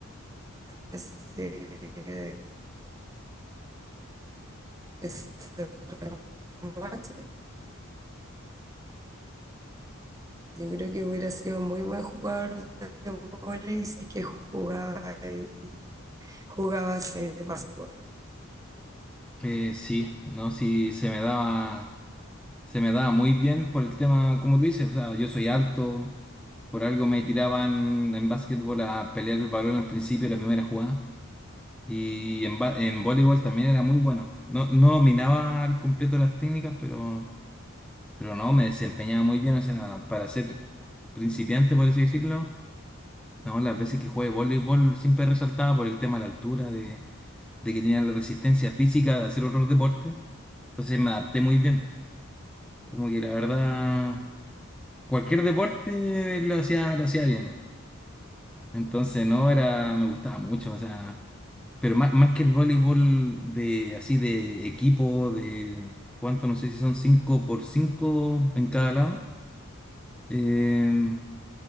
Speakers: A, on the right; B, in the centre.
A: ese, ese remache. Yo creo que hubiera sido muy buen jugador de vóley si es que jugaba, eh, jugaba eh, básquetbol.
B: Eh, sí, no, si se me daba. se me daba muy bien por el tema, como tú dices, o sea, yo soy alto, por algo me tiraban en básquetbol a pelear el balón al principio de la primera jugada, y en, ba- en voleibol también era muy bueno. No, no dominaba al completo las técnicas, pero, pero no, me desempeñaba muy bien, o sea, para ser principiante, por así decirlo, no, las veces que jugué voleibol siempre resaltaba por el tema de la altura, de, de que tenía la resistencia física de hacer otros deportes, entonces me adapté muy bien, como que la verdad... cualquier deporte lo hacía, lo hacía bien. Entonces, no, era, me gustaba mucho, o sea, pero más, más que el voleibol de, así, de equipo, de, ¿cuánto? No sé si son 5 por 5 en cada lado. Eh,